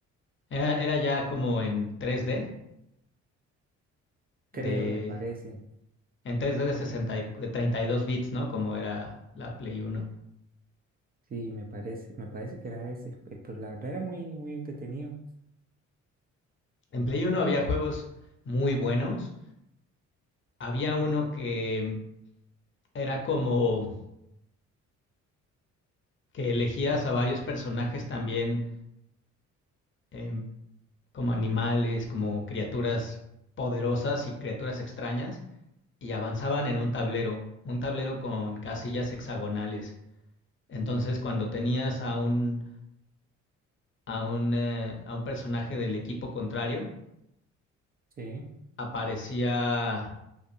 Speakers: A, on the left; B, on the right.
A: era, era ya como en 3D,
B: Creo,
A: de,
B: me parece.
A: en 3D de 60, y- de 32 bits, ¿no? Como era la Play uno.
B: Sí, me parece. Me parece que era ese. pe- Pero la verdad era muy, muy entretenido.
A: En Play uno había juegos muy buenos. Había uno que era como que elegías a varios personajes también eh, como animales, como criaturas poderosas y criaturas extrañas, y avanzaban en un tablero, un tablero con casillas hexagonales. Entonces, cuando tenías a un, a un, eh, a un personaje del equipo contrario,
B: Sí,
A: aparecía,